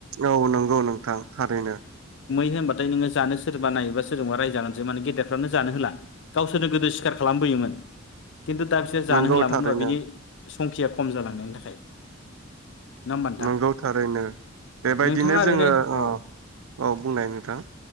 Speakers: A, on the right; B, on the left.
A: औ नंगौ नोंथां थारैनो।
B: होय होनबाथाय नोङो जानो सोरबा नायोबबा सोरजोंबा रायजागोनसो माने गेदेरफ्रानो जानो होला गावसोरनो गोदो सिखार खालामबोयोमोन। खिन्थु दा बिसोर जानो
A: नंगौ
B: होला
A: थारैनो
B: मानो होनबा बिनि संखिया खम जालांनायनि थाखाय। नङा होमबा
A: नंगौ थारैनो बेबायदिनो
B: नोंथां ओ नोंथाङा
A: जोङो
B: ओरैनो
A: ओ
B: औ
A: औ बुंनाय नोंथां।